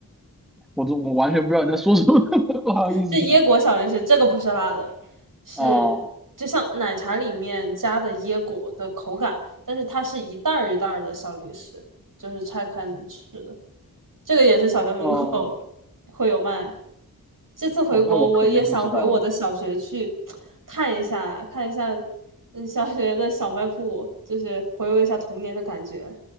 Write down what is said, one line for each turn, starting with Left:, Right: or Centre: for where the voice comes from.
Centre: 我都我完全不知道你在说什么，<laughs> 不好意思
Right: <laughs> 这椰果小零食这个不是辣的，是就像奶茶里面加的椰果的口感，
Centre: 哦
Right: 但是它是一袋儿一袋儿的小零食，就是拆开能吃的。这个也是小学门口
Centre: 哦
Right: <laughs> 会有卖。这次回国，
Centre: 哦，那我肯定不知道了
Right: 我也想回我的小学去看一下，看一下嗯小学的小卖部，就是回味一下童年的感觉。